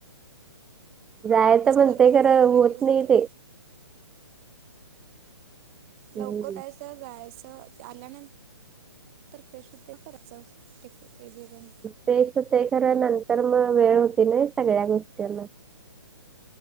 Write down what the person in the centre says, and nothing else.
जायचं म्हणते
खरं,
होत
नही ते. हम्म.
फेश होतय खरं, नंतर मग वेळ होती ना, सगळ्या गोष्टींना.